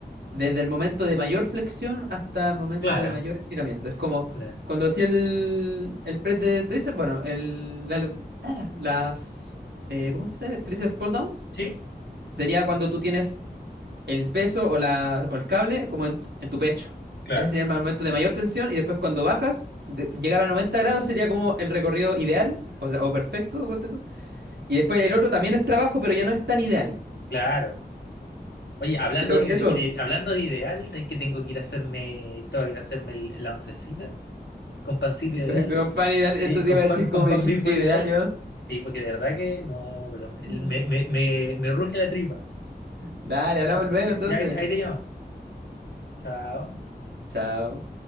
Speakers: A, on the right; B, on the left.
A: Desde el momento de mayor flexión hasta el momento
B: Claro,
A: de mayor estiramiento. Es como
B: claro.
A: cuando hacía el, el press de tríceps, bueno, el, la- ah, las, eh, ¿cómo se dice? Tríceps pull downs.
B: ¿Sí?
A: Sería cuando tú tienes el peso o, la, o el cable como en, en tu pecho.
B: Claro,
A: Ese sería el momento de mayor tensión y después cuando bajas, de- llegar a 90 grados sería como el recorrido ideal o, sea, o perfecto. ponte tú. Y después el otro también es trabajo, pero ya no es tan ideal.
B: claro. Oye, hablando
A: Pero
B: de, ide-
A: eso,
B: ide- hablando de ideal, ¿sabes que tengo que ir a hacerme, tengo que ir a hacerme el- la oncecita con pancito ideal?
A: <laughs> pan ideal, esto
B: Eh, con
A: te iba a decir
B: pan, con
A: como me
B: pan
A: dijiste
B: Bimbo ideal.
A: ideal,
B: Sí, porque de verdad que no, pero me,
A: Mm.
B: me, me, me- me ruge la tripa.
A: Dale, hablamos
B: Ya, pues,
A: luego
B: de-
A: entonces.
B: ya ahí ahí te llamo. Chao.
A: Chao.